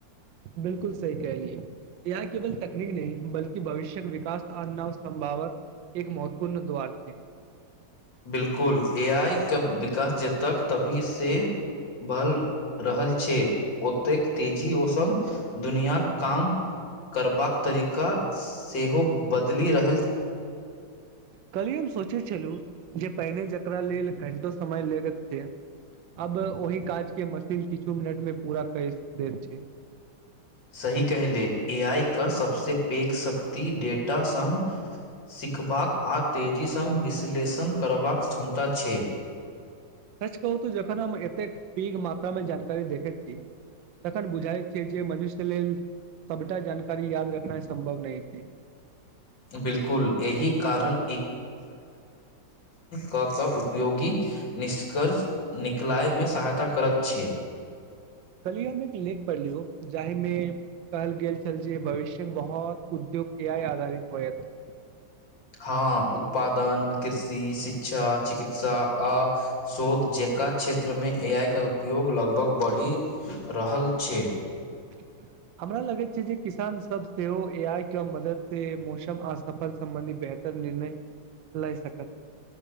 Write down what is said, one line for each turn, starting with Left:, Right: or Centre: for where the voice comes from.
Right: बिलकुल सही कह लियए एआई केवल तकनीक नहि बल्की भविष्य्यक विकास आ नव समभावक एक महत्वपूर्ण द्वार छै
Left: बिलकुल ए आई के विकास जतक तभी से बहल रहल छै ओतेक तेजी ओ संग दुनीयाक काम करबाक तरीका सेहो बदली रह
Right: कलिये हम सोचे चलू जे पहिने जेकरा लेल घंटो समय लगैत छै अब ओहि काजके मशीन किछु मिनट मे पूरा कय देैत छै
Left: सही कहले ए आइ के सभसँ पेघ शक्ति डेटा सङ्ग सिखबाक आ तेजी सङ्ग विश्लेषण करबाक क्षमता छै
Right: सच कहू त जखन हम एतेक पैघ मात्रा में जानकारी देखै छी तखन बुझाइत छै जे मनुष्य लेल सबटा जानकारी याद रखना सम्भव नहि छै
Left: बिल्कुल, एहि कारण क क उपयोगी निष्कर्ष निकलाय में सहायता करैत छै
Right: कलि हममे एक लेख पढ़लीयो जाहिमे कहल गेल छल जे भविष्यके बहुत उद्योग ए आइ आधारित होयत <inaudible>
Left: हँ उत्पादन कृषि शिक्षा चिकित्सा आ शोध जेका क्षेत्र में ए आइ का उपयोग लगभग बढ़ि रहल छै
Right: <unintelligible> हमरा लगैत छै जे किसान सब सेहो ए आइ के मदद से मौसम अ सफल सम्बंधी बे निर्णय लए सकत